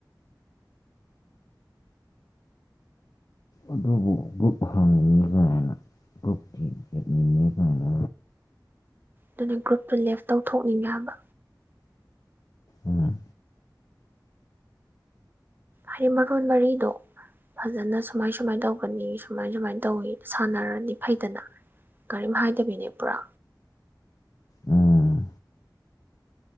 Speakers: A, on the left; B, on the right.
A: ꯑꯗꯨꯕꯨ ꯒ꯭ꯔꯨꯞ ꯍꯥꯡꯉꯤꯅꯤ ꯀꯥꯏꯅ ꯒ꯭ꯔꯨꯞꯀꯤ ꯑꯦꯗꯃꯤꯟꯅꯤ ꯀꯥꯏꯅ
B: ꯗꯨꯅꯦ ꯒ꯭ꯔꯨꯞꯇꯨ ꯂꯦꯞ ꯇꯧꯊꯣꯛꯅꯤꯡꯉꯦ ꯍꯥꯏꯕ
A: ꯎꯝ
B: ꯍꯩ ꯃꯔꯣꯟ ꯃꯔꯤꯗꯣ ꯐꯖꯅ ꯁꯨꯃꯥꯏ ꯁꯨꯃꯥꯏ ꯇꯧꯕꯅꯤ ꯁꯨꯃꯥꯏ ꯁꯨꯃꯥꯏ ꯇꯧꯋꯤ ꯁꯥꯟꯅꯔꯅꯤ ꯐꯩꯗꯅ ꯀꯔꯤꯝ ꯍꯥꯏꯗꯕꯤꯅꯦ ꯄꯨꯔꯥ
A: ꯎꯝ